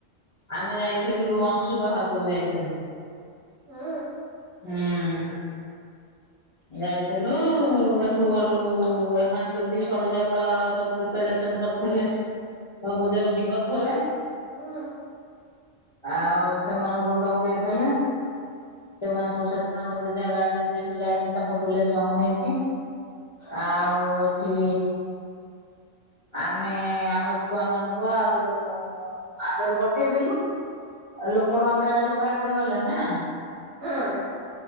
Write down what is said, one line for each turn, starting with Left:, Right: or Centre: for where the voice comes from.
Left: ଆମେ ଯାଇଥିଲୁ ଅଂଶୁବା ହଦକୁ ଯାଇଥିଲୁ।
Right: ହୁଁ।
Left: ହୁଁ। ଯାଇଥିଲୁ ଏଠୁ ଗଲୁ ଏମାନେ ସବୁ ଦି ସଡୁଯାକ ସବୁ ପ୍ରିପାରେସନ୍‌ କରି ହେଲେ ସବୁ ବୁଝାବୁଝି କରିଥିଲେ।
Right: ହୁଁ।
Left: ଆଉ ସେମାନଙ୍କୁ ସବୁ ଡକେଇଥିଲେ। ସେମାନେ ସବୁ ସେଠୁ ତାଙ୍କ ଯେଝା ଗାଡି ରେ ଯାଇଥିଲେ ତାଙ୍କ ପିଲା ଛୁଆ ଙ୍କୁ ନେଇକି। ଆଉ ଏଠି ଆମେ ଆମ ଛୁଆ ମାନଙ୍କୁ ଆଉ ଆଗରେ ପଠେଇଦେଲୁ। ଆଉ ଲୋକ ର ଅନ୍ଧାଳିଆ ଲୋକ ଆଗରେ ଗଲେଣି ନା।
Right: ହେଁ।